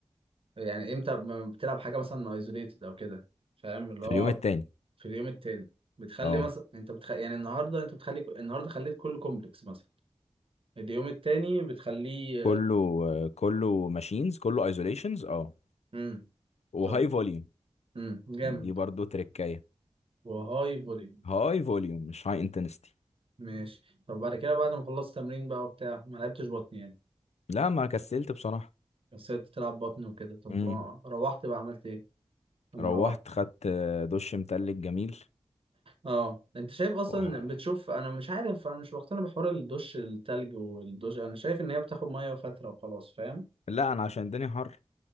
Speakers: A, on the right (about 55°); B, on the left (about 80°).
A: يعني امتى ب- بتلعب حاجة مثلا ايزوليتد او كده فاهم اللي
B: في
A: هو
B: اليوم التاني
A: في اليوم التاني بتخلي
B: اه
A: مثلا انت بتخ... يعني النهارده انت بتخلي النهارده خليت كله كومبلكس مثلا اليوم التاني بتخليه
B: كله كله ماشينز كله ايزوليشنز اه
A: امم
B: وهاي
A: طب
B: فوليوم
A: امم جامد
B: دي برضو تركايه
A: وهاي فوليوم
B: هاي فوليوم مش هاي انتنستي
A: ماشي طب بعد كده بعد ما خلصت تمرين بقى وبتاع ما لعبتش بطن يعني
B: لا ما كسلت بصراحة
A: بس سبت تلعب بطن وكده طب
B: امم
A: روحت بقى عملت ايه لما
B: روحت
A: روحت
B: خدت دش متلج جميل
A: اه انت شايف اصلا
B: وح-
A: بتشوف انا مش عارف انا مش بقتنع بحوار الدش التلج والدش انا شايف ان هي بتاخد ميه فتره وخلاص فاهم
B: لا انا عشان الدنيا حر